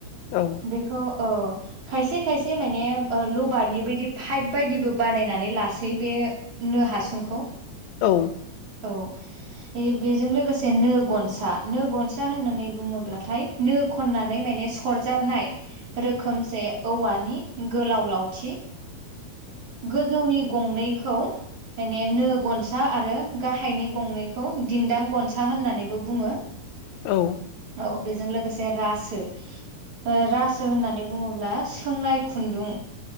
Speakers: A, on the left (about 75°); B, on the right (about 50°).
A: औ
B: बेखौ औ खायसे खायसे माने ओ लो- बारनि बायदि पाइप बायदिबो बानायनानै लासै बे नो हासुंखौ।
A: औ
B: औ बेजों लोगोसे नो गनसा। नो गनसा होननानै बुङोब्लाथाय नो खननानै माने सरजाबनाय रोखोमसे औवानि गोलाव लाव- थि गोजौनि गंनैखौ माने नो गनसा आरो गाहायनि गंनैखौ दिन्दां गनसा होननानैबो बुङो।
A: औ
B: औ बेजों लोगोसे रासो। ओ रासो होननानै बुङोब्ला सोंनाय खुन्दुं।